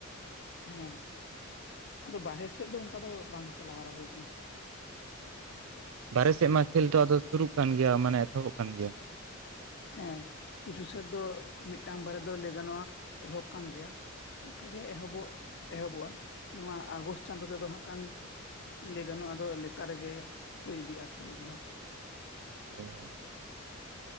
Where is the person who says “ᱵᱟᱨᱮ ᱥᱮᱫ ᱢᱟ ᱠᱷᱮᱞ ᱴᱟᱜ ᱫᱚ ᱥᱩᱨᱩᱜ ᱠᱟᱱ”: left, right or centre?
Right